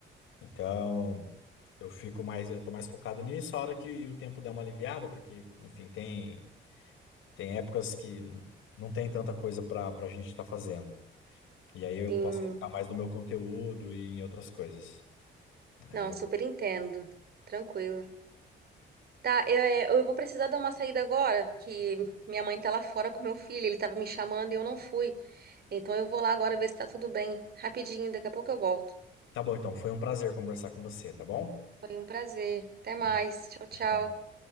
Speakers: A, on the left; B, on the right.
A: Então eu fico mais, eu tô mais focado nisso, a hora que o tempo der uma aliviada, porque, enfim, tem, tem épocas que não tem tanta coisa pra, pra gente estar fazendo. E aí eu
B: Sim.
A: posso focar mais no meu conteúdo e em outras coisas. Aí
B: Não,
A: eu...
B: super entendo. Tranquilo. Tá, eu, é, eu vou precisar dar uma saída agora, que minha mãe tá lá fora com meu filho, ele tava me chamando e eu não fui. Então eu vou lá agora ver se tá tudo bem. Rapidinho, daqui a pouco eu volto.
A: Tá bom, então. Foi um prazer conversar com você, tá bom?
B: Foi um prazer. Até mais.
A: Obrigado.
B: Tchau, tchau.
A: Tchau.